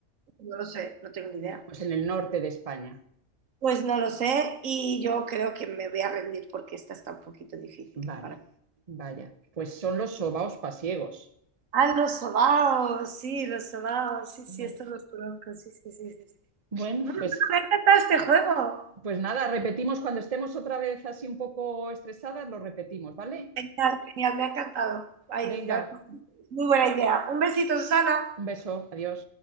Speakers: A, on the right; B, on the right.
A: no lo sé, no tengo ni idea.
B: Pues en el norte de España.
A: Pues no lo sé y yo creo que me voy a rendir porque esta está un poquito difícil
B: Vale,
A: para
B: vaya. Pues son los sobaos pasiegos.
A: Ah, los sobaos, sí, los sobaos, sí, sí,
B: Vale.
A: estos los conozco, sí, sí, sí, sí. sí.
B: Bueno,
A: No, no,
B: pues,
A: me ha encantado este juego.
B: pues nada, repetimos cuando estemos otra vez así un poco estresadas, lo repetimos, ¿vale?
A: Genial, genial, me ha encantado. Ay,
B: Venga,
A: ya- muy buena idea. Un besito, Susana.
B: un beso, adiós.